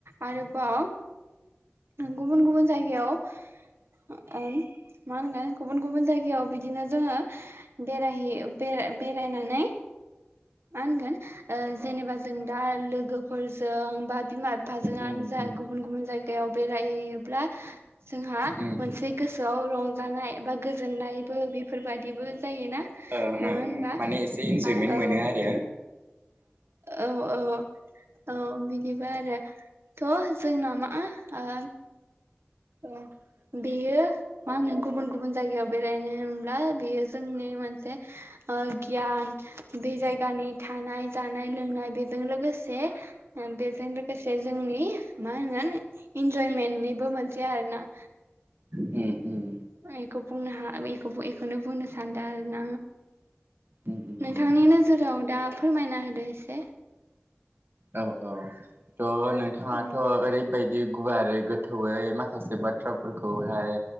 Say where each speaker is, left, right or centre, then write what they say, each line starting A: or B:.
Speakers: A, on the right; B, on the right.
A: आरो बाव गुबुन गुबुन जायगायाव ओ मा होनगोन गुबुन गुबुन जायगायाव बिदिनो जोङो बेरायहैयो बेरायनानै मा होनगोन
B: औ
A: ओ
B: औ
A: जेनेबा जों दा लोगो जों बा बिमा बिफाजोंङानो
B: उम
A: जा
B: उम
A: गुबुन गुबुन जायगा बेयाव बेरायहैयो ब्ला जोंहा
B: उम
A: मोनसे गोसोआव रंजानाय बा गोजोननायबो बेफोरबादिबो जायोना
B: ओं
A: नङा
B: ओं
A: होनबा
B: ओं माने एसे इन्जयमेन्ट मोनो
A: औ
B: आरो
A: औ औ अ बि बिबा आरो थ जों नामा ओ ओ बेयो मानो गुबुन गुबन जायगायाव बेरायनो होमब्ला बेयो जोंनि मोनसे ओ गियान बे जायगानि थानाय जानाय लोंनाय बेजों लोगोसे बेजों लोगोसे जोंनि मा होनगोन इन्जयमेन्टनिबो मोन से आरो ना
B: उम उम
A: आं एखौ बुंनो हा बेखौबो इखौनो बुंनो सानदों आरो ना।
B: उम उम
A: नोंथांनि
B: उम
A: नोजोराव दा फोरमायना होदो एसे।
B: औ औ थ' नोंथाङाथ'
A: औ
B: ओरैबायदि गुवारै गोथौयै मा माखासे बाथ्राफोरखौहाय